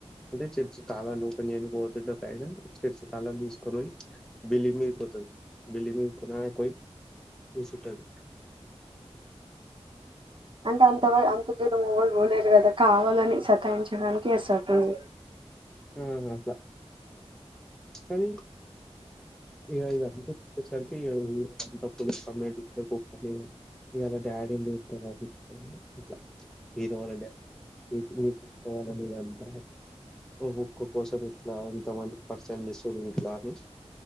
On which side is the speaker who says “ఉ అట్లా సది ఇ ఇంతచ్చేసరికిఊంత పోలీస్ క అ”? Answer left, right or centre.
Centre